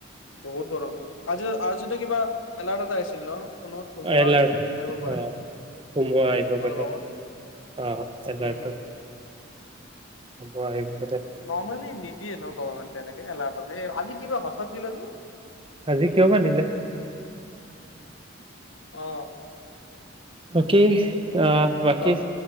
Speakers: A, on the left; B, on the right.
A: বহুত গৰম অ, আজি আজিতো কিবা এনাৰেতা আহিছিল ন? ফোনত ধুমুহাৰ
B: এলাৰ্ট
A: আহিব পাৰে
B: অ, ধুমুহা আহিব
A: অলপ
B: পাৰে,
A: আগত
B: অ এলাৰ্টো।
A: উম।
B: হ'ব আহিবি।
A: নৰ্মেলি নিদিয়ে ন গভমেণ্টে এনেকে এলাৰ্ট, অ আজি কিবা ঘট হত দিলে উ।
B: আজি কিয় বা দিলে।
A: অ।
B: কি,
A: উফ
B: অ বাকী?
A: ক